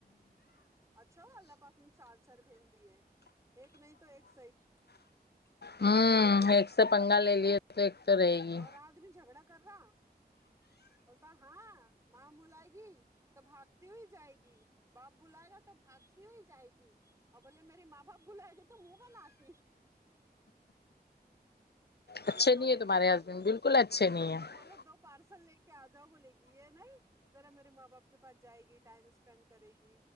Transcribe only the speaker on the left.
ہوں ایک سے پنگا لے لیے تو ایک تو رہے گی
اچھے
نہیں ہے
تمہارے
ہسبینڈ
بالکل اچھے نہیں ہے